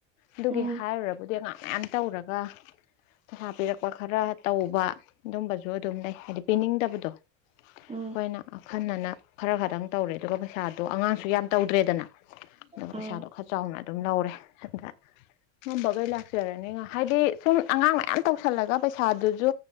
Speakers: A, on the left (about 80°); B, on the right (about 15°).
A: ꯑꯗꯨꯒꯤ
B: ꯎꯝ
A: ꯍꯥꯏꯔꯨꯔꯕꯨꯗꯤ ꯑꯉꯥꯡ ꯃꯌꯥꯝ ꯇꯧꯔꯒ ꯄꯩꯁꯥ ꯄꯤꯔꯛꯄ ꯈꯔ ꯇꯧꯕ ꯗꯨꯝꯕꯖꯨ ꯑꯗꯨꯝ ꯂꯩ ꯍꯥꯏꯗꯤ ꯄꯤꯅꯤꯡꯗꯕꯗꯣ
B: ꯎꯝ
A: ꯈꯣꯏꯅ ꯑꯈꯟꯅꯅ ꯈꯔ ꯈꯗꯪ ꯇꯧꯔꯦ ꯑꯗꯨꯒ ꯄꯩꯁꯥꯗꯣ ꯑꯉꯥꯡꯁꯨ ꯌꯥꯝ ꯇꯧꯗ꯭ꯔꯦꯗꯅ ꯑꯗꯨꯒ
B: ꯎꯝ
A: ꯄꯩꯁꯥꯗꯣ ꯈꯔ ꯆꯥꯎꯅ ꯑꯗꯨꯝ ꯂꯧꯔꯦ ꯑꯗ ꯉꯝꯕꯒꯩ ꯂꯥꯛꯆꯔꯅꯤ ꯉ ꯍꯥꯏꯗꯤ ꯁꯨꯝ ꯑꯉꯥꯡ ꯃꯌꯥꯝ ꯇꯧꯁꯜꯂꯒ ꯄꯩꯁꯥꯗꯨꯖꯨ